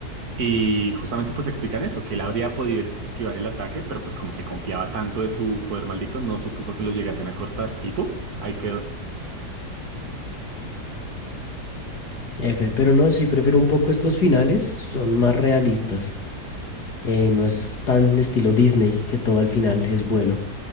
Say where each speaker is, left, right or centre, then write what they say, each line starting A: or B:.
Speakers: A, on the right (about 65°); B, on the left (about 70°).
A: Y justamente pues explican eso, que él habría podido ex- esquivar el ataque, pero pues como se confiaba tanto de su poder maldito, no supuso que lo llegasen a cortar y ¡pum! Ahí quedó.
B: F, pero no, sí prefiero un poco estos finales, son más realistas. Eh, no es tan estilo Disney que todo al final es bueno.